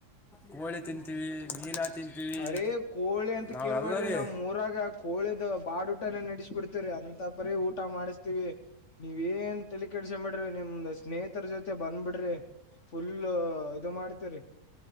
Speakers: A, in the centre; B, on the left.
A: ಕೋಳಿ ತಿಂತೀವಿ ಮೀನಾ ತಿಂತೀವಿ
B: ಅರೇ ಕೋಳಿ ಅಂತ
A: ನಾವೆಲ್ಲ
B: ಕೇಳ್ಬಾಡ್ರಿ
A: ರೀ
B: ನಾಮೂರಾಗ ಕೋಳಿದ ಬಾಡೂಟಾನೇ ನಡೆಸ್ಬಿಡ್ತೆವ್ರಿ ಅಂತ ಪರಿ ಊಟ ಮಾಡಿಸ್ತಿವಿ ನೀವೇನ್ ತಲಿಕೆಡಸಂಬಿಡ್ರಿ ನಿಮ್ದ ಸ್ನೇಹಿತ್ರು ಜೊತೆ ಬಂದ್ಬಿಡ್ರಿ ಫುಲ್ ಇದು ಮಾಡ್ತಿವ್ರಿ